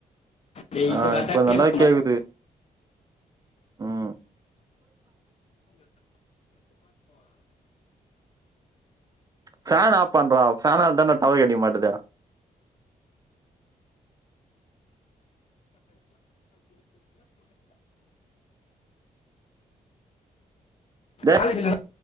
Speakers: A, on the left; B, on the right.
A: டேய்
B: ஆஹ்
A: இப்போ கரெக்டாக
B: இப்ப நல்லாவே கேக்குது உம் ஃபேன் ஆஃப் பண்றா ஃபன் அதான டவர் கிடைக்க மாட்டாது டே
A: காலேஜல